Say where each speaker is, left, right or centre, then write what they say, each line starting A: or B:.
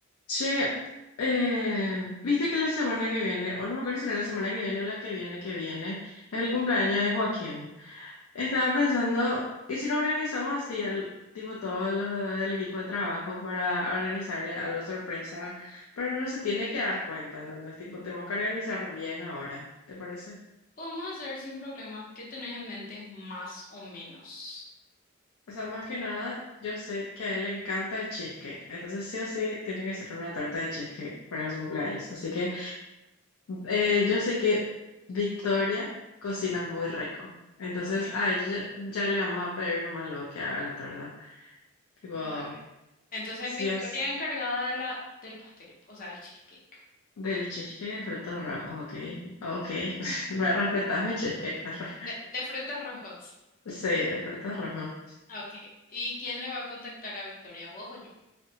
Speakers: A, on the left (about 85°); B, on the left (about 40°).
A: Che, eh, viste que la semana que viene, o no me acuerdo si era la semana que viene o la que viene, que viene, es el cumpleaños de Joaquín. Estaba pensando, ¿y si nos organizamos así, al, tipo todos los del equipo de trabajo, para organizarle algo sorpresa? Pero no se tiene que dar cuenta, entonces, tipo, tenemos que organizar bien ahora, ¿te parece?
B: Podemos hacer sin problema. ¿Qué tenés en mente más o menos?
A: O sea, más que nada, yo sé que a él le encanta el cheesecake, entonces sí o sí tiene que ser una tarta de cheesecake para su cumpleaños. Así que Eh, yo sé que Victoria cocina muy rico. Entonces,
B: Ok,
A: a ella ya, ya le vamos a pedir nomás luego que haga la torta. Tipo,
B: dale. Entonces,
A: sí
B: Victoria
A: o sí.
B: encargada de la, del pastel, o sea, el cheesecake.
A: Del cheesecake de frutos rojos, ok. Ok. <laughs> Me respetas mi cheesecake, Carla.
B: De, de frutos rojos.
A: Sí, de frutos rojos.
B: Ok. ¿Y quién le va a contactar a Victoria? ¿Vos o yo?